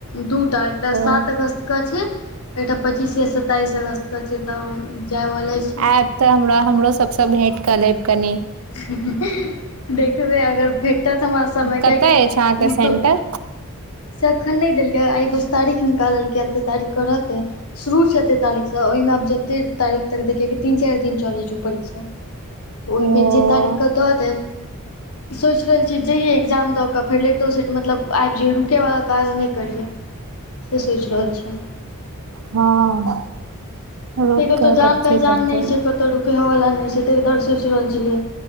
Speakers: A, on the left; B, on the right.
A: दू टा एकटा
B: ओ
A: सात अगस्त के छै एकटा पचीस आ सताईस अगस्त के छै तऽ हम जाय वाला छी
B: आएब तऽ हमरा हमरो सबसँ भेट कऽ लेब कनि
A: <inaudible> देखबै अगर भेटत हमरा समय
B: कतय
A: कियाकि
B: अछि अहाँके सेंटर
A: दु से एखन नहि देलकै आइ बस तारीख निकाललकै एतेक तारीख कऽ रहतै शुरू छै एतेक तारीखसँ ओहिमे आब जतेक तारीख तक दै किएक तऽ तीन चारि दिन चलैत छै ओ परीक्षा तऽ ओहिमे
B: ओ
A: जे तारीखक दऽ दै सोच रहल छी जहिये एग्जाम दऽ के कऽ फेर लेटो सेट मतलब आबि जैयै रुकैवला काज नहि करियै से सोचि रहल छियै हम
B: हँ रुक
A: कि कत्तौ
B: के
A: जान
B: कथी
A: पहचान
B: करतै
A: नहि छै कतऽ रुक कय वाला नहि छै तऽ इधर सोचि रहल छियै